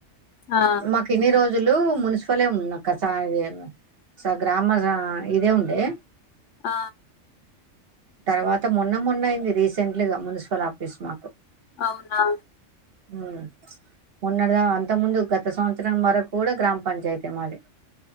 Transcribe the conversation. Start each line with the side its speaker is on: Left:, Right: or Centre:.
Left: ఆ
Right: మాకు ఇన్ని రోజులు లు మున్సిపల్ ఉన్నా గ్రామ ఇదే ఉండే
Left: ఆ
Right: తర్వాత మొన్న మొన్న అయింది రీసెంట్ గా మున్సిపల్ ఆఫీసు మాకు
Left: అవునా
Right: ఉ మొన్న గా అంత ముందు గ గత సంవత్సరం వరకు కూడా గ్రామ పంచాయతీ మాది